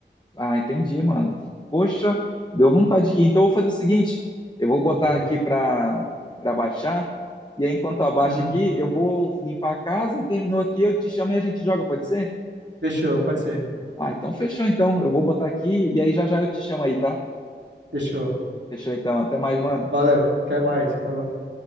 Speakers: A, on the left (about 20°); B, on the right (about 70°).
A: Ah, entendi, mano. Poxa, deu vontade aqui. Então eu vou fazer o seguinte, eu vou botar
B: Hum,
A: aqui para para baixar e aí enquanto abaixa
B: uhum.
A: aqui, eu vou limpar a casa e terminou aqui, eu te chamo e a gente joga, pode ser?
B: Fechou, pode ser.
A: Ah, então fechou então. Eu vou botar aqui e aí já já eu te chamo aí, tá?
B: Fechou.
A: Fechou então. Até mais, mano.
B: Valeu. Até mais. Falou.